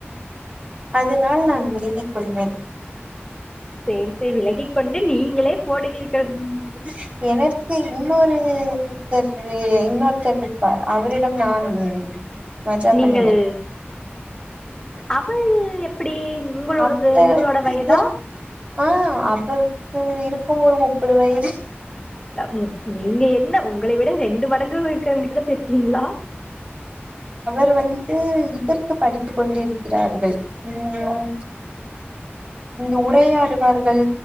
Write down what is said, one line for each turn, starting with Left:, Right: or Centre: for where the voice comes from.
Right: அதுனால் நான் விலகிக் கொள்வேன்
Left: சேர்த்து விலகிக்கொண்டு நீங்களே போடுவீர்கள்
Right: ம் எனக்கு இன்னொருத்தர் இன்னொருத்தர்ருப்பார் அவரிடம் நான் மஜா
Left: நீங்கள்
Right: பண்ணுவே
Left: அவள் எப்பிடி உங்களோடது
Right: அவர்
Left: உங்களோட வயதா
Right: இதற் ஆ அவளுக்கு இருக்கும் ஒரு முப்பது வயது
Left: அ ம் நீங்க என்ன உங்களை விட ரெண்டு மடங்கு இருக்குறவ்ங்கிட்டதா பேசுவீங்ளா
Right: ரு வந்து இதற்கு படித்துக் கொண்டிருக்கிறார்கள் ம் இந்த உரையாடுவார்கள்